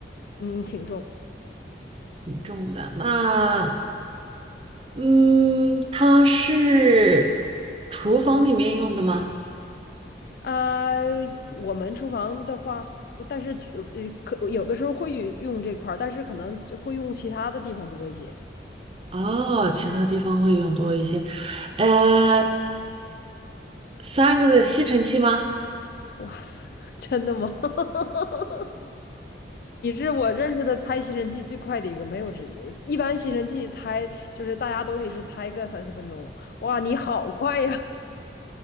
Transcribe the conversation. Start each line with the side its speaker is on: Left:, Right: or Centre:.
Left: 嗯，挺重。
Right: 挺重的。那嗯，它是厨房里面用的吗？
Left: 啊、我们厨房的话，但是呃，可有的时候会用这块儿，但是可能就会用其他的地方多一些。
Right: 哦，其他地方会用多一些。呃，三个的吸尘器吗？
Left: 哇塞，<laughs> 真的吗？<laughs> 你是我认识的拆吸尘器最快的一个，没有之一。我一般吸尘器拆就是大家都得是拆个三四分钟。哇，你好快呀！